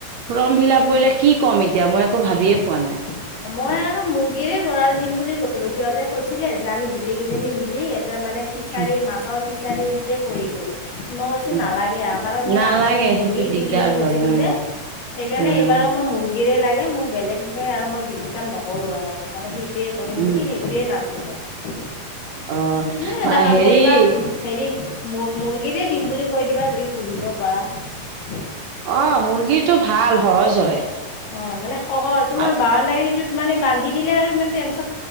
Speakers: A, on the right (about 70°); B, on the left (about 75°).
A: ফৰ্ম ফিল আপ কৰিলে কি কম এতিয়া মই একো ভা ভাবিয়ে
B: অ
A: পোৱা নাই।
B: মই আৰু মুৰ্গীৰে গড়াল দিম বুলি কলো, সিহঁতে কৈছিলে যে আমি গোটেই কেইজনী মিলি তাৰ মানে ফিচাৰি
A: উম,
B: মাছৰ ফিচাৰিতে কৰি দিওঁ। মই কৈছো
A: উম,
B: নালাগে আৰু কাৰণ মই
A: নালাগে
B: আগতে মুৰ্গী
A: সেইটো দিগদাৰ
B: দিম বুলি কৈছিলো
A: হয় উম,
B: যে। সেইকাৰণে
A: উম,
B: এইবাৰো মই মুৰ্গীৰে লাগে মোক বেলেগকে আৰু মই ইনকাম নকৰো আৰু মানে সেইটোৱে কৰিম
A: উম,
B: বুলি সেইটোয়ে নাম দিলো আৰু।
A: অ',
B: তুমিও এটা
A: বা
B: কাম
A: হেৰি
B: কৰিবা হেৰি মুৰ্গীৰে দিম বুলি কৈ দিবা যদি পুহিব পাৰা।
A: অ' মুৰ্গীটো ভাল সহজ হয়।
B: অ' মানে সহজ তোমাৰ
A: আৰু
B: বাউণ্ডাৰীটোত মানে বান্ধি দিলে আৰু ইমান তেন